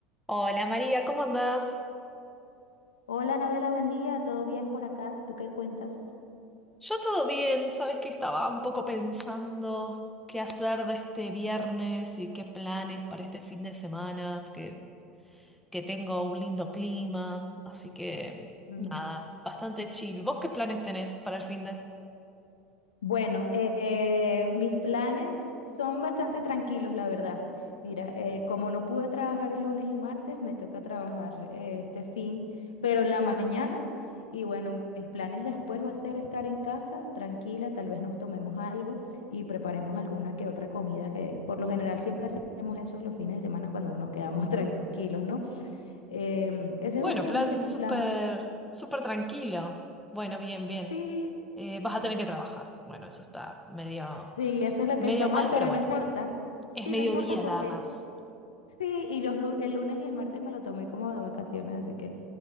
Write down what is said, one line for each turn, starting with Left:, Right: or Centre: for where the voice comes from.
Centre: Hola María, ¿cómo andás?
Left: Hola, Anabela, buen día. ¿Todo bien por acá? ¿Tú qué cuentas?
Centre: Yo todo bien, sabes que estaba un poco pensando qué hacer de este viernes y qué planes para este fin de semana, que, que tengo un lindo clima, así que
Left: Mm,
Centre: nada, bastante chill. ¿Vos qué planes tenés para el fin de?
Left: Bueno, eh, eh, mis planes son bastante tranquilos, la verdad. Mira, eh, como no pude trabajar el lunes y martes, me toca trabajar eh, este fin, pero en la mañana. Y bueno, mis planes después va a ser estar en casa, tranquila, tal vez nos tomemos algo y preparemos alguna que otra comida, que por lo general siempre hacemos eso los fines de semana cuando nos quedamos <laughs> tranquilos, ¿no? Em, ese
Centre: Bueno,
Left: es básicamente
Centre: plan
Left: mi
Centre: súper,
Left: plan.
Centre: súper tranquilo. Bueno, bien, bien.
Left: Sí.
Centre: Eh, vas a tener que trabajar. Bueno, eso está medio,
Left: Sí, eso es lo
Centre: medio
Left: que está mal,
Centre: mal,
Left: pero
Centre: pero bueno,
Left: no importa.
Centre: es
Left: Sí,
Centre: mediodía
Left: no importa porque
Centre: nada más.
Left: sí, y los lu- el lunes y el martes me lo tomé como de vacaciones, así que